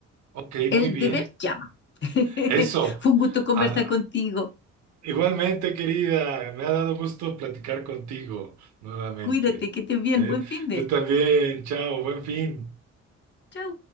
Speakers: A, on the right; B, on the left.
A: ok,
B: El
A: muy bien.
B: deber llama. <laughs>
A: Eso.
B: Fue un gusto conversar
A: Ah,
B: contigo.
A: igualmente, querida, me ha dado gusto platicar contigo nuevamente.
B: Cuídate, que estés bien.
A: ¿eh?
B: Buen fin de.
A: Tú también, chao, buen fin.
B: Chau.